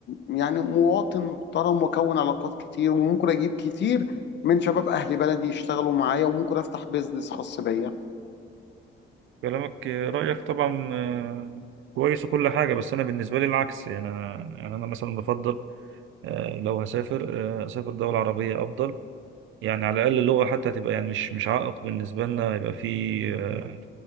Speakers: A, on the left; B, on the right.
A: يعني مواطن محترم واكون علاقات كتير وممكن اجيب كتير من شباب اهل بلدي يشتغلوا معايا وممكن افتح بيزنس خاص بيا
B: كلامك رأيك طبعا آه، كويس وكل حاجة بس أنا بالنسبة لي العكس يعني أنا يعني أنا مثلا بفضل آه، لو هسافر آه، أسافر دولة عربية أفضل يعني على الأقل اللغة حتى تبقى يعني مش مش عائق بالنسبة لنا يبقى في آه،